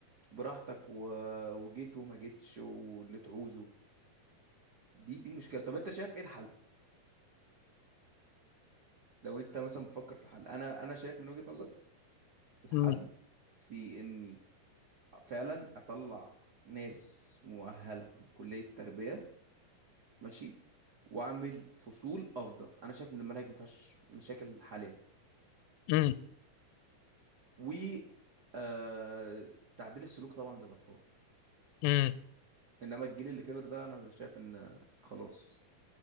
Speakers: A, on the right; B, on the left.
A: براحتك و... وجيت وما جيتش واللي تعوزه دي دي مشكلة طب انت شايف ايه الحل لو انت مثلا بتفكر في الحل انا انا شايف من وجهة نظر الحل
B: أمم،
A: في اني فعلا اطلع ناس مؤهلة من كلية التربية ماشي واعمل فصول افضل انا شايف ان المناهج ما فيهاش مشاكل حاليا
B: أمم،
A: و آه... تعديل السلوك طبعا للاطفال
B: أمم.
A: انما الجيل اللي كبر ده انا شايف ان خلاص